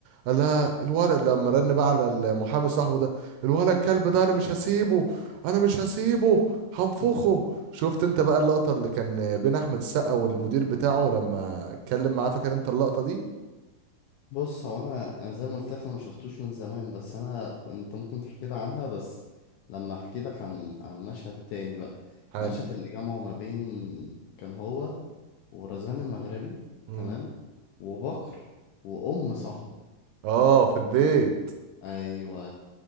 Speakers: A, on the right (about 80°); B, on the left (about 70°).
A: قال لها الولد لما رن بقى على المحامي صاحبه ده الولد الكلب ده انا مش هسيبه انا مش هسيبه هنفخه
B: <laughs>
A: شفت انت بقى اللقطه اللي كان بين احمد السقا والمدير بتاعه لما اتكلم معاه فاكر انت اللقطه دي
B: بص هو أنا أنا زي ما قلت لك أنا مشفتوش من زمان بس أنا أنت ممكن تحكي لي عنها بس لما أحكي لك عن عن مشهد تاني بقى
A: حلو
B: مشهد اللي جمعه ما بين كان هو ورزان المغربي
A: مم.
B: تمام وبكر وأم صاحبه
A: اه في البيت
B: ايوه